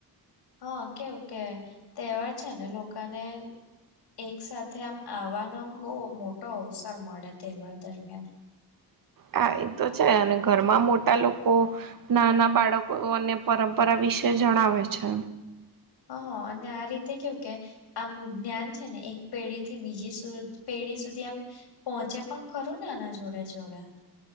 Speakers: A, on the left; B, on the right.
A: હા કેવું કે તહેવાર છે ને લોકોને એક સાથે આમ આવવાનો આમ બહુ મોટો અવસર મળે તહેવાર દરમિયાન
B: હા એ તો છ છે અને ઘરમાં મોટા લોકો, નાના બાળકો અને પરંપરા વિશે જણાવે છે.
A: હા અને આ રીતે કેવું કે આમ જ્ઞાન છે ને એક પેઢી થી બીજી સુર પેઢી સુધી આમ પહોંચે પણ ખરું ને આના જોડે જોડે